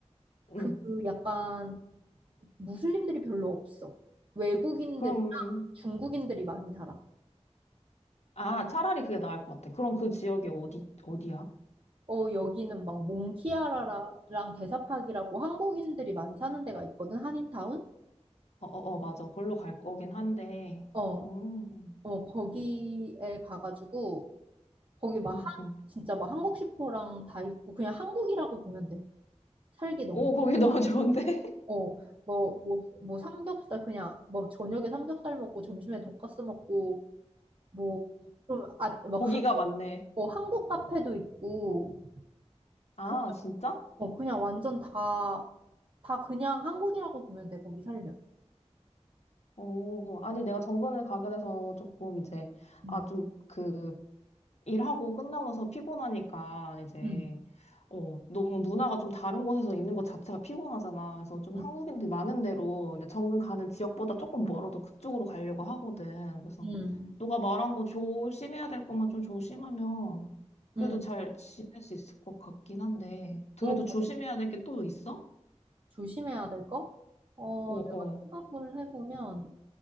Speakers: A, on the right (about 50°); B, on the left (about 70°).
A: 그
B: 응.
A: 약간 무슬림들이 별로 없어. 외국인들이,
B: 그럼,
A: 중국인들이 많이 살아.
B: 아, 차라리 그게 나을 것 같아. 그럼 그 지역이 어디, 어디야?
A: 어, 여기는 막 몽키아라랑 대사팍이라고 한국인들이 많이 사는 데가 있거든, 한인타운?
B: 어, 어, 어, 맞아. 걸로 갈 거긴 한데,
A: 어,
B: 음,
A: 어, 거기에 가가지고, 거기 막
B: 음,
A: 한,
B: 음.
A: 진짜 막 한국 슈퍼랑 다 있고, 그냥 한국이라고 보면 돼. 살기 너무
B: 오, 거기 너무 좋은데? <laughs>
A: 어, 뭐, 뭐, 뭐 삼겹살 그냥 뭐 저녁에 삼겹살 먹고 점심에 돈까스 먹고 뭐 좀 아, 뭐
B: 고기가
A: 한국
B: 많네.
A: 뭐 한국 카페도 있고
B: 아,
A: 그,
B: 진짜?
A: 어, 그냥 완전 다 다 그냥 한국이라고 보면 돼 거기 살면.
B: 오, 아니, 내가 정근을 가게 돼서 조금 이제,
A: 음,
B: 아, 좀, 그, 일하고 끝나고 나서 피곤하니까, 이제,
A: 음,
B: 어, 너무 문화가 좀 다른 곳에서 있는 것 자체가 피곤하잖아. 그래서 좀
A: 음,
B: 한국인들이 많은 데로, 근데 정근 가는 지역보다 조금 멀어도 그쪽으로 가려고 하거든. 그래서,
A: 음,
B: 너가 말한 거 조심해야 될 것만 좀 조심하면, 그래도
A: 음.
B: 잘 지낼 수 있을 것 같긴 한데, 그래도
A: 어,
B: 조심해야 될 게 또 있어?
A: 조심해야 될 거? 어,
B: 어,
A: 내가
B: 어.
A: 생각을 해보면